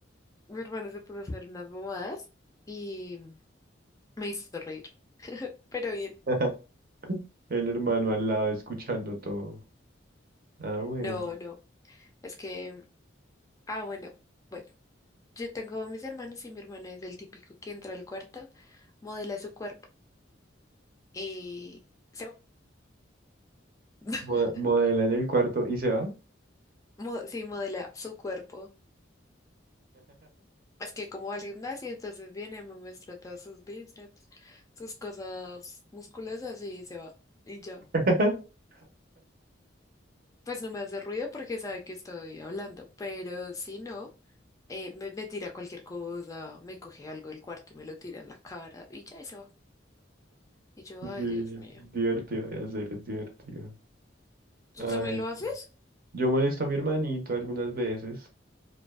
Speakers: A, on the left; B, on the right.
A: mi hermano se puso a hacer unas bobadas y me hizo reír, pero bien.
B: <laughs> El hermano al lado escuchando todo. Ah, bueno.
A: No, no, es que, ah, bueno, bueno, yo tengo mis hermanos y mi hermana es del típico que entra al cuarto, modela su cuerpo y se... <laughs>
B: Mo- modela en el cuarto y se va.
A: Mo- Sí, modela su cuerpo. Es que como va al gimnasio, entonces viene, me muestra todos sus bíceps, sus cosas musculosas y se va. Y ya.
B: <laughs>
A: Pues no me hace ruido porque sabe que estoy hablando, pero si no, eh, me, me tira cualquier cosa, me coge algo del cuarto y me lo tira en la cara y ya y se va. Y yo,
B: Sí,
A: ay, Dios
B: es
A: mío.
B: divertido de hacer, es divertido.
A: ¿Tú
B: Ay,
A: también lo haces?
B: yo molesto a mi hermanito algunas veces.